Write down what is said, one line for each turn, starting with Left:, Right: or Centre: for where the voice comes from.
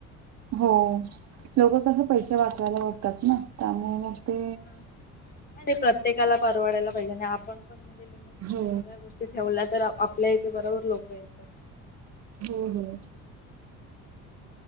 Right: हो, लोकं कसं पैसे वाचवायला बघतात ना त्यामुळे मग ते
Left: नाही, प्रत्येकाला परवडायला पाहिजे आणि आपण म्हणजे लिमिट मध्ये
Right: हो
Left: सगळ्या गोष्टी ठेवला तर, आपल्या इथे बरोबर लोक येतात.
Right: हो हो